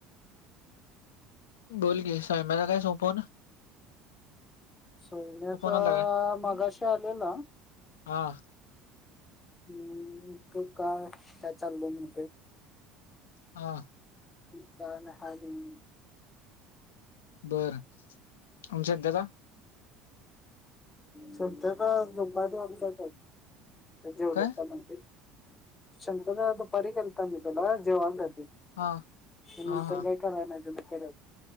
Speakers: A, on the left (about 80°); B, on the left (about 25°).
A: बोलगे सॉय मला काय सोपव ना
B: सोयने तर
A: आलता काय
B: मगाशी आलेला.
A: हां.
B: हम्म तू काय काय चालतय म्हणते.
A: हा.
B: रिकामे हाल आहेत की नाही.
A: बर आमच्यात देता.
B: सध्या काय दुपारी वाजता जेवलालाव.
A: काय
B: शम्भूदाला दुपारी केलता मी जेवण नंतर
A: हा हा हा
B: काय कराय नाही त्यांन परत.